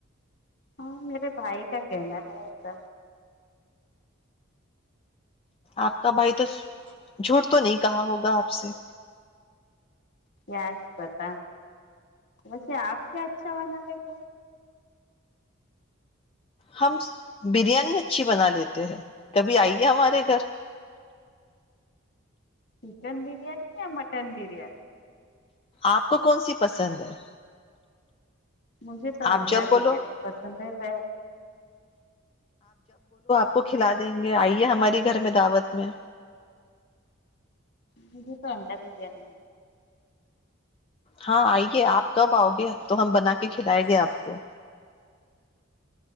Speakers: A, on the left; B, on the left.
A: ہاں میرے بھائی کا کہنا ہے ایسا
B: آپ کا بھائی تو جھوٹ تو نہیں کہا ہوگا آپ سے
A: کیا ہی پتا ویسے آپ کیا اچھا بنا گے تو
B: ہم بریانی اچھی بنا لیتے ہیں کبھی آئیے ہمارے گھر
A: چکن بریانی یا مٹن برییاانی
B: آپ کو کون سی پسند ہے
A: مجھے تو
B: آپ
A: انڈا
B: جب بولو
A: بریانی پسند ہے ب
B: آ کو کھلا دیں گے آئیے ہماری گھر میں دعوت میں
A: مے تو انڈا بریانی
B: ہاں آئیے آپ کب آؤ گے تو ہم بنا کے کھلائے گے آپ کو